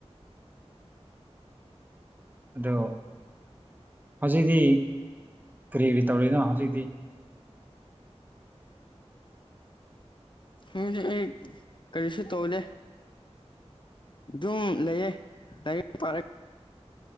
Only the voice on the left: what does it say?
ꯍꯧꯗꯤ ꯑꯩ ꯀꯔꯤꯁꯨ ꯇꯧꯂꯦ ꯑꯗꯨꯝ ꯂꯩꯌꯦꯌꯦꯔ